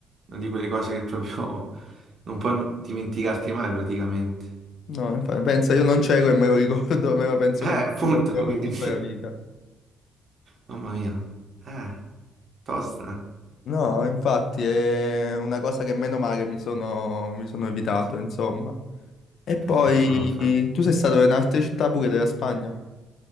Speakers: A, on the right; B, on the left.
A: una di quelle cose che proprio <laughs> non puoi non- dimenticarti mai praticamente.
B: No, infatti, pensa, io non c'ero e me lo ricordo, <laughs> me lo penso
A: Eh,
B: che
A: appunto,
B: me lo ricorderò
A: <laughs>
B: per
A: quindi,
B: tutta la vita.
A: mamma mia, eh, tosta, eh.
B: No, infatti è una cosa che meno male mi sono, mi sono evitato,
A: Ti-
B: insomma. E
A: per
B: poi
A: fortuna infatti.
B: tu sei stato in altre città pure della Spagna,